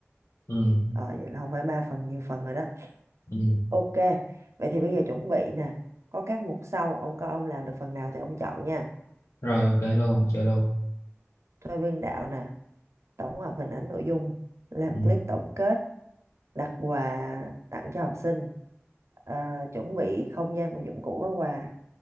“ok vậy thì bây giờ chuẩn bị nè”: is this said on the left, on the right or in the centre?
Right